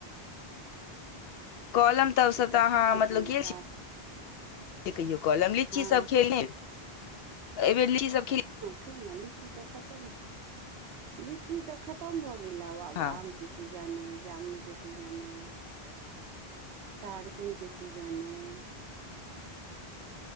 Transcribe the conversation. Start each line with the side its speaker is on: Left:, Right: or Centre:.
Left: कॉलम तऽसभ
Right: सबटा
Left: तऽ अहाँ
Right: ठीक अइ
Left: मतलब
Right: समाचार
Left: गेल छी कहियो कहल हम लीचीसभ
Right: हँ
Left: खेल एहि बेेर लीचीसभ खेल
Right: खेलल लीची तऽ खतम लीची तऽ खतम भऽ गेल आब
Left: अहाँ
Right: आब आमके सीजन अइ जामुनके सीजन अइ तारकोन के सीजन है